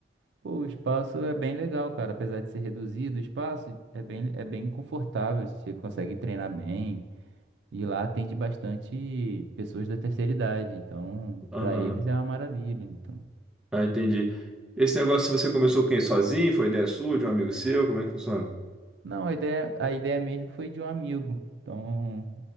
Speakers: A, on the right; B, in the centre.
A: Pô, o espaço é bem legal, cara. Apesar de ser reduzido, o espaço é bem, é bem confortável. Você consegue treinar bem. E lá atende bastante pessoas da terceira idade. Então,
B: Aham.
A: para eles é uma maravilha. Então,
B: Ah, entendi. Esse negócio você começou com quem? Sozinho? Foi ideia sua, de um amigo seu? Como é que funciona?
A: não, a ideia, a ideia mesmo foi de um amigo. Então,